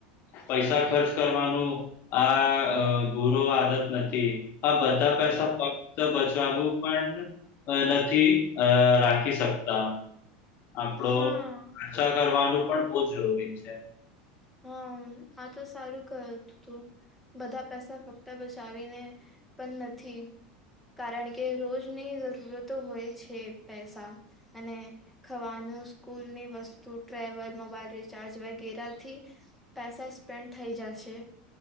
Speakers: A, on the left; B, in the centre.
A: પૈસા ખર્ચ કરવાનું આ ગુરો આદત નથી આ બધા પૈસા ફક્ત બચાવું પણ નથી અ રાખી શકતા આપડો
B: હા
A: રક્ષા કરવાનું પણ બહુ જરૂરી છે
B: હા આ તો સારું કરતું તું બધા પૈસા ફક્ત બચાવીને પણ નથી કારણ કે રોજની જરૂરતો હોય છે પૈસા અને ખવાનું સ્કૂલ ની વસ્તુ ટ્રેવલ મોબાઈલ રિચાર્જ વગેરે થી પેસા સ્પેન્ડ થઈ જશે